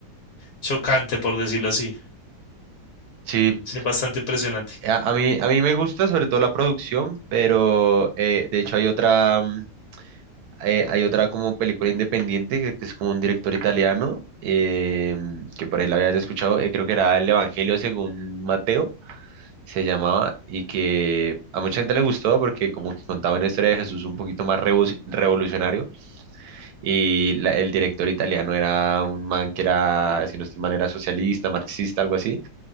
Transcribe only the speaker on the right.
Sí,
a, a mí, a mí me gusta sobre todo la producción, pero eh, de hecho hay otra, mm, eh, hay otra como película independiente que, que es como un director italiano, eh, que por ahí la habías escuchado, eh, creo que era El Evangelio según Mateo se llamaba, y que a mucha gente le gustó porque como que contaba una historia de Jesús un poquito más revo- revolucionario, y la- el director italiano era un man que era, si no estoy mal, era socialista, marxista, algo así,